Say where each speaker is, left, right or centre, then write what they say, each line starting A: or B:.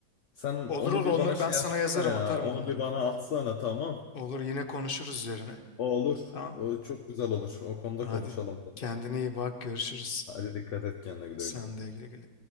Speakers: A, on the left; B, on the left.
A: Sen
B: Olur
A: onu
B: olur
A: bir
B: onları
A: bana şey
B: ben sana
A: yapsana
B: yazarım
A: ya.
B: atarım
A: Onu
B: onları.
A: bir bana atsana tamam.
B: Olur yine konuşuruz üzerine.
A: O olur.
B: Tamam.
A: O çok güzel olur. O konuda
B: Hadi
A: konuşalım. Tamam.
B: kendine iyi bak görüşürüz.
A: Hadi dikkat et kendine güle
B: Sen
A: güle.
B: de güle güle.